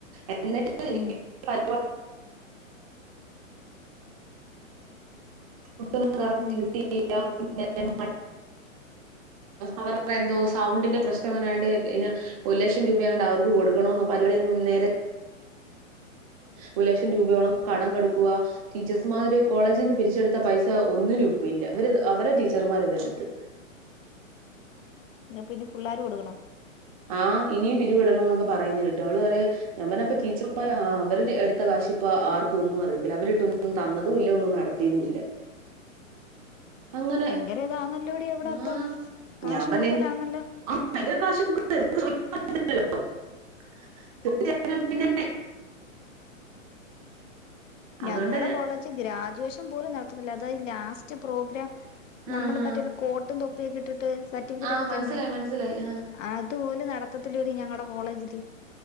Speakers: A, on the right; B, on the left.
A: എന്നിട്ട് <unintelligible>
B: ഉം
A: <unintelligible> ഫുഡൊന്നും കറക്റ്റ്
B: ഉം
A: കിട്ടിയില്ല <unintelligible> അവരുടെ എന്തോ സൗണ്ടിന്റെ പ്രശ്നം എങ്ങനെയണ്ട് ഇന്ന ഒരു ലക്ഷം രൂപ അങ്ങണ്ട് അവർക്ക് കൊടുക്കണന്ന പരിപാടി നേരെ ഒരു ലക്ഷം രൂപയോളം കടം കടുക്കുവാ ടീച്ചേഴസ്മാര് കോളേജിൽ നിന്ന് പിരിച്ചെടുത്ത പൈസ ഒന്നിനും ഉപ്പിഇല്ല അവര് അവരെ ടീച്ചർമാരതെടുത്ത്
B: ഉ പിന്നെ പിള്ളോര് കൊടുക്കണോ
A: ആ ഇനിയും പിരിവിടണോ എന്നൊക്കെ പറയുന്നത് കേട്ട് അവള് പറ ഞാൻ പറഞ്ഞപ്പ ടീച്ചർമാർ അവര് എടുത്ത കാശ് ഇപ്പ ആർക്കും ഒന്നും അറിയത്തില്ല അവരിട്ടൊന്നും തന്നതൂല്ല ഒന്നും നടത്തിയതും ഇല്ല അങ്ങനെ
B: ഭയങ്കര ഇതാന്നല്ലൂടി അവിടെ അപ്പം
A: ആ
B: കാശ്
A: ഞാൻ പറഞ്ഞ്
B: മുക്കല അല്ല
A: ആ ഭയങ്കര കാശ് മുക്ക് <unintelligible> <unintelligible> പിന്നെ അതുകൊണ്ട്
B: ഞങ്ങളുടെ
A: ഞാൻ
B: കോളേജ് ഗ്രാജുവേഷ പോലും നടത്തത്തുന്നല്ല അതായത് ലാസ്റ്റ് പ്രോഗ്രാം നമ്മള്
A: ആഹാ ആ
B: മറ്റല്ല കോട്ടും തൊ പ്പ് കിട്ടിട്ട് സർട്ടിഫിക്കറ്റ്
A: ആ
B: ഒക്കെ
A: മനസ്സിലായി
B: തരുന്നേ
A: മനസ്സിലായി ആ
B: അതുപോലും നടത്തത്തില്ലടി ഞങ്ങളടെ കോളേജില്